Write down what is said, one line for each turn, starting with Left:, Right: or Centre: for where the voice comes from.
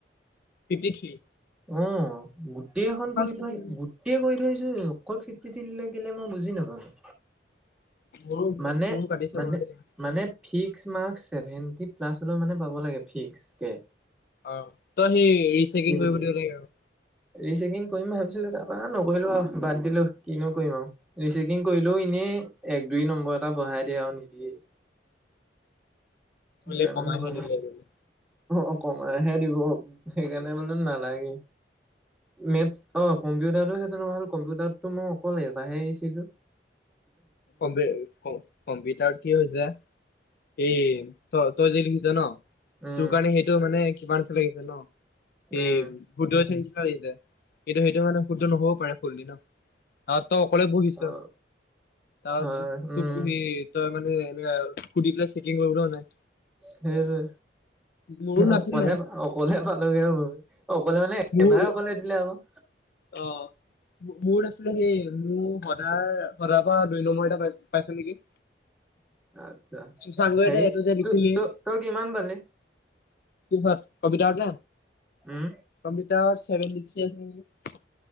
Left: Fifty three.
Centre: অ গোটেই এখন কৰি
Left: কাটিলে
Centre: থৈ
Left: নে
Centre: গোটেই কৰি থৈ। অকল ফিফটি থ্ৰী লাগিলে মই বুজি নাপালো।
Left: মোৰো
Centre: মানে
Left: মোৰো কাটিছে
Centre: মানে
Left: বাৰু দেই
Centre: মানে ফিক্স। মাৰ্কস ছেভেন্টি প্লাছ হলে মানে পাব লাগে ফিক্সকে।
Left: অ তই সেই ৰিচকিং
Centre: কুটি
Left: কৰিব দিব লাগে আৰু।
Centre: ৰিচেকিং কৰিম ভাবিছিলো তাৰপৰা নকৰিলো আৰু বাদ দিলো কিনো কৰিম আৰু ৰিচেকিং কৰিলো এনেই। এক দুই নম্বৰ এটা বঢ়াই দিয়ে আৰু নিদিয়েই।
Left: বোলে
Centre: জানো
Left: কমাইহে
Centre: নকো
Left: দিলে বোলে
Centre: অ কমাইহে দিব সেইকাৰণে বোলো নালাগে? মেথছ অ কম্পিউটাৰটো সেইটো নহয় হ'ল কম্পিউটাৰতটো মই অকলে এটাহেছিলো?
Left: ক্প কম্পিউটাৰত কি হৈছে। এ ত তই যে লিখিছ ন।
Centre: উম,
Left: তোৰ কাৰণে সেইটো মানে কিমান লাগিছে ন সেই
Centre: উম।
Left: ভোদ। এইটো মানে সূৰ্য নহবও পাৰে ফুলদি ন তাত তই অকলে বহিছ।
Centre: অ',
Left: তাৰ
Centre: হয়, উম,
Left: তোক সি তই মানে এনে সুধি পেলাই চেকিং কৰিব নাই।
Centre: সেই যে
Left: মোৰো নাছিলে
Centre: অকলে অকলে পালোগে আৰু মই। অকলে মানে একেবাৰে
Left: মোৰ
Centre: অকলে দিলে আকৌ।
Left: অ' মোৰ আছিলে সেই মোৰ দাৰ সদাৰ পৰা দুই নম্বৰ এটা পাই পাইচো নেকি?
Centre: আচ্ছা
Left: শশাংকই
Centre: সেই
Left: যে এইটো যে লিখিলি
Centre: ত-ত তই কিমান পালি?
Left: কিহত কম্পিউটাৰ নে
Centre: উম,
Left: কম্পি চেভেটি থ্ৰি আচিলে নেকি?